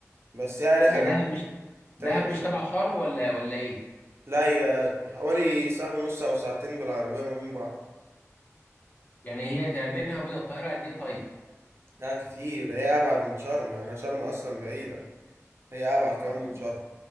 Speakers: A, on the right; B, on the left.
A: بس هي ليها
B: هي
A: جو
B: دهب مش
A: تاني
B: دهب
A: غير
B: مش
A: شرم
B: تبع شرم ولا ولا ايه
A: لا هي حوالي ساعة ونص أو ساعتين بالعربية ما بين بعض
B: يعني هي ده بينها وبين القاهرة قد إيه طيب؟
A: لا كتير هي ابعد من شرم يعني شرم اصلا بعيده هي ابعد كمان
B: طيب
A: من شرم